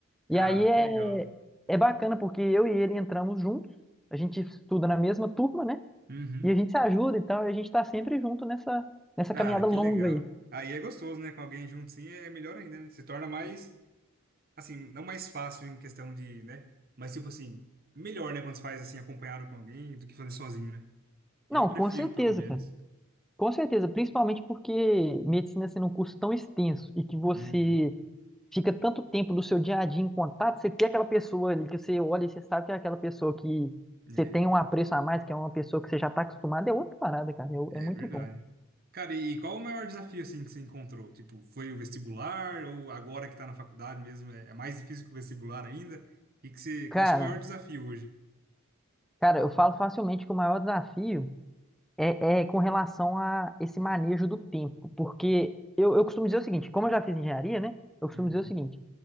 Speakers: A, on the right; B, in the centre.
A: Cara,
B: E aí é,
A: que legal.
B: é bacana porque eu e ele entramos juntos, a gente estuda na mesma turma, né?
A: Uhum.
B: E a gente se ajuda e tal, e a gente tá sempre junto nessa, nessa
A: Cara,
B: caminhada
A: que
B: longa
A: legal.
B: aí.
A: Aí é gostoso, né? Com alguém junto, sim, é melhor ainda, né? Se torna mais. assim, não mais fácil em questão de, né? Mas tipo assim, melhor, né, quando você faz assim acompanhado com alguém do que fazer sozinho, né? Eu
B: Não,
A: prefiro,
B: com certeza,
A: pelo menos.
B: cara. Com certeza, principalmente porque medicina sendo um curso tão extenso e que você
A: Uhum.
B: fica tanto tempo do seu dia a dia em contato, você tem aquela pessoa ali que você olha e você sabe que é aquela pessoa que
A: É,
B: você tem um apreço a mais, que é uma pessoa que você já está acostumado, é outra parada, cara.
A: é
B: É, é muito
A: verdade.
B: bom.
A: Cara, e qual o maior desafio assim que você encontrou? Tipo, foi o vestibular ou agora que tá na faculdade mesmo, é é mais difícil que o vestibular ainda? E que você,
B: Cara,
A: qual o seu maior desafio hoje?
B: cara, eu falo facilmente que o maior desafio. É, é com relação a esse manejo do tempo, porque eu, eu costumo dizer o seguinte, como eu já fiz engenharia, né? Eu costumo
A: Uhum.
B: dizer o seguinte,